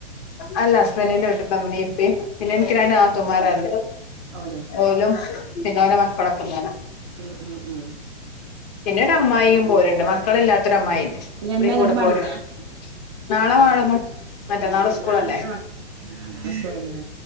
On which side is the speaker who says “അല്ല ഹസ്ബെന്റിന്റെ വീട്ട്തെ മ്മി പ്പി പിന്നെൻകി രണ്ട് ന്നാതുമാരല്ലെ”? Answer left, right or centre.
Left